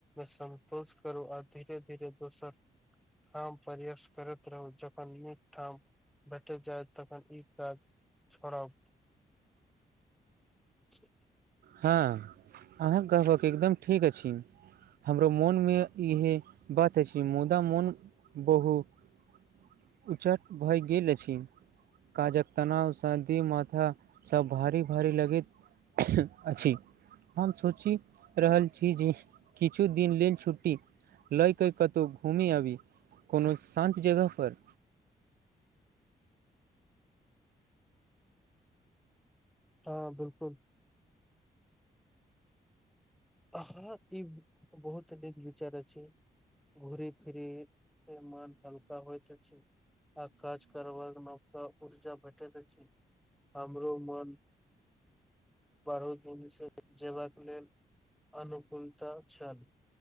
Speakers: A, in the centre; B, on the right.
A: सन्तोष करू आ धीरे धीरे दोसर ठाम प्रयास करैत रहु जखन निकठाम भेट जाय तखन ई काज छोड़ब <inaudible>
B: हँ अहाँ केँ कहबक एकदम ठीक अछि हमरो मोनमे इएहे बात अछि मुदा मोन बहुत उचट भय गेल अछि काजक तनाव सांति माथा सभ भारी भारी लगैत अछि- हम सोचि रहल छी जे किछु दिन लेल छुट्टी लए कऽ कतहु घूमी आबी कोनो शान्त जगहपर
A: हँ बिल्कुल हाँ ई बहुत निक विचार अछि घुरी फिरी मन हल्का होइत अछि आ काज करबाक नबका उर्जा भेटैत अछि हमरो मन बढ दिनसँ जेबाककँ लेल अनुकूलता छनि